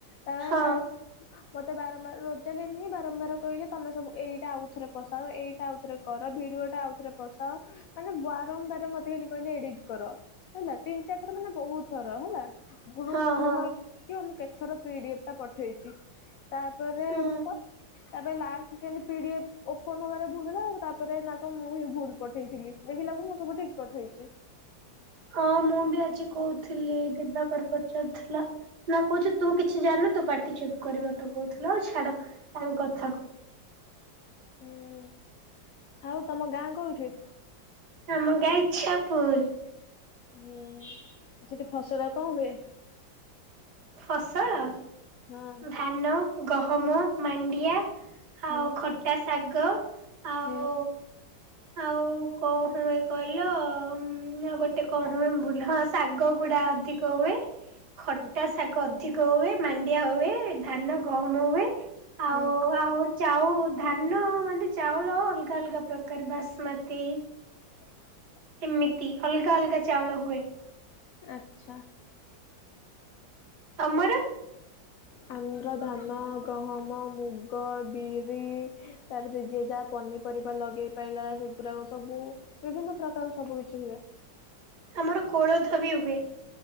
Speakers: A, on the left (about 80°); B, on the right (about 60°).
A: ତାପରେ
B: ହଁ
A: ଲାଷ୍ଟ ମତେ ବାରମ୍ବାର ରୋଜାଲିନ୍ ହିଁ ବାରମ୍ବାର କହିଲେ ତମେ ସବୁ ଏଇଟା ଆଉ ଥରେ ପସାଅ ଏଇଟା ଆଉଥରେ କର ଭିଡିଓ ଟା ଆଉଥରେ ପସାଅ ମାନେ ବାରମ୍ବାର ମତେ ଖାଲି କହିଲେ ଏଡିଟ କର ହେଲା ତିନି ଚାରି ଥର ମାନେ ବହୁତ ଥର ହେଲା। ଗ୍ରୁପ
B: ହଁ
A: ତୁ
B: ହଁ
A: ମୁଁ କେଥର ପିଡିଏଫ ଟା ପଠେଇଚି ତାପରେ
B: ହୁଁ
A: ମୁଁ କହିଲି ତାପରେ ଲାଷ୍ଟକୁ ଏନ୍ତି ପିଡ଼ିଏଫ ଓପନ ହବାରେ ଭୁଲ ହେଲା ତାପରେ ନା କୁ ମୁଁ ହିଁ ଭୁଲ ପଠେଇଥିଲି ଦେଖିଲା ଳକୁ ମୁଁ ସବୁ ଠିକ ପକେଇଚି
B: ହଁ ମୁଁ ବି ଆଜି କହୁଥିଲି ଦିବାକର ପଚାରୁଥିଲା ନା କହୁଚି ତୁ କିଛି ଜାଣୁ ତୁ ପାଟି ଚୁପ୍ କରି ମତେ କହୁଥିଲ ଆଉ ଛାଡ ତାଙ୍କ କ
A: ହୁଁ ଆଉ ତମ ଗାଁ କୋଉଠି?
B: ଆମ ଗାଁ ଇଚ୍ଛାପୁର।
A: ହୁଁ ସେଠି ଫସଲ କଣ ହୁଏ?
B: ଫସଲ
A: ହଁ
B: ଧାନ ଗହମ ମାଣ୍ଡିଆ
A: ହୁଁ
B: ଆଉ ଖଟା ଶାଗ, ଆଉ
A: ହୁଁ
B: ଆଉ କଉ ହଁ ଏ କହିଲ ଉଁ ଗୋଟେ କଣ ହୁଏ ଭୁଲ ଶାଗ ଗୁଡା ଅଧିକ ହୁଏ। ଖଟା
A: ଆଚ୍ଛା।
B: ଶାଗ ଅଧିକ ହୁଏ ମାଣ୍ଡିଆ ହୁଏ ଧାନ ଗହମ ହୁଏ ଆଉ
A: ହୁଁ
B: ଆଉ ଚାଉ ଧାନ ମାନେ ନେ ଚାଉଳ ଅଲଗା ଅଲଗା ପ୍ରକାର ବାସୁମତି
A: ହଁ
B: ଏମିତି ଅଲଗା ଅଲଗା ଚାଉଳ ହୁଏ।
A: ଆଚ୍ଛା।
B: ତମର?
A: ଆମର ଧାନ ଗହମ ମୁଗ ବିରି ତାପରେ ଯିଏ ଯାହା ପନିପ ପରିବା ଲଗେଇ ପାଇଲା ସେଗୁରାକ ସବୁ ବିଭିନ୍ନ ପ୍ରକାର ସବୁ କିିଛି ହୁଏ।
B: ଆମର କୋଳଥ ବି ହୁଏ ।